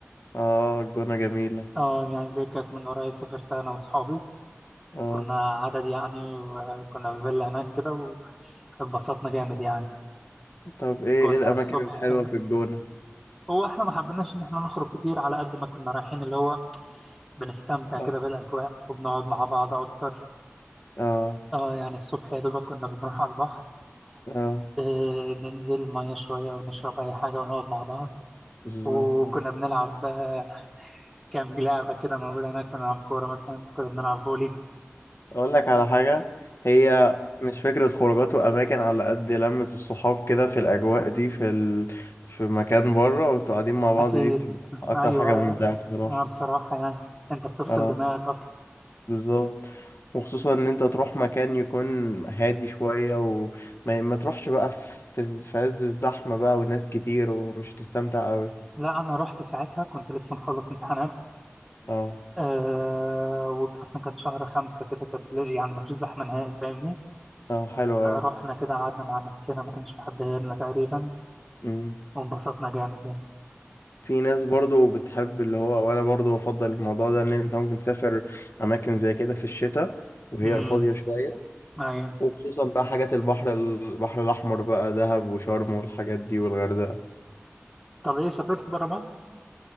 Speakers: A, on the left; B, in the centre.
A: اه الجونة جميلة
B: اه يعني دي كانت من قريب سافرت انا واصحابي
A: اه
B: كنا عدد يعني وكنا في فيلا هناك كده واتبسطنا جامد يعني
A: طب ايه
B: كنا
A: ايه الاماكن
B: الصبح
A: الحلوة في الجونة
B: هو احنا ما حبيناش ان احنا نخرج كتير على قد ما كنا رايحين اللي هو بنستمتع
A: اه
B: كده بالاجواء وبنقعد مع بعض اكتر
A: اه
B: اه يعني الصبح يا دوبك كنا بنروح على البحر
A: اه
B: آه ننزل ميه شويه ونشرب اي حاجه ونقعد مع بعض
A: بالظبط
B: وكنا بنلعب آه، كام لعبه كده موجوده هناك كنا بنلعب كوره مثلا كنا بنلعب فولي
A: اقول لك على حاجة هي مش فكرة خروجات واماكن على قد لمة الصحاب كده في الاجواء دي في ال... في مكان بره وانتوا قاعدين مع بعض
B: أكيد
A: دي بتبقى اكتر
B: أيوة
A: حاجة ممتعة بصراحة
B: ما بصراحة يعني أنت بتفصل
A: اه
B: دماغك أصلا
A: بالظبط وخصوصا ان انت تروح مكان يكون هادي شوية وما ما تروحش بقى في في عز في عز الزحمة بقى وناس كتير ومش هتستمتع قوي
B: لا أنا رحت ساعتها كنت لسه مخلص امتحانات
A: اه
B: أه وأصلا كان شهر خمسة كده كانت ل- يعني مفيش زحمة نهائي فاهمني
A: اه حلو
B: آه،
A: قوي
B: رحنا كده قعدنا مع نفسنا ما كانش في حد غيرنا تقريبا
A: امم
B: وانبسطنا جامد يعني
A: في ناس برضو بتحب اللي هو وانا برضو بفضل الموضوع ده ان انت ممكن تسافر اماكن زي كده في الشتاء وهي
B: امم
A: فاضية شوية
B: أيوة
A: وخصوصا بقى حاجات البحر البحر الاحمر بقى دهب وشرم والحاجات دي والغردقة
B: طب إيه سافرت برا مصر؟